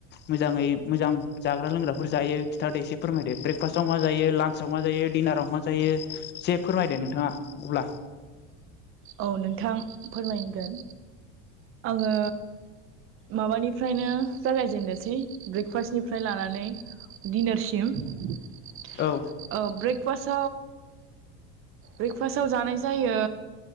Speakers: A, on the left (about 35°); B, on the right (about 45°).
A: मोजाङै मोजां जाग्रा लोंग्राफोर जायो खिथादो इसे फोरमायदो ब्रेकफास्टआव मा जायो लान्चआव मा जायो डिनाराव मा जायो जे फोरमायदो नोंथाङा अब्ला
B: औ नोंथां फोरमायगोन आङो माबानिफ्रायनो जागायजेननोसै ब्रेकफास्टनिफ्राय लानानै दिनारसिम ब्रकास
A: औ
B: ब्रेकफास्टाव जानाय जायो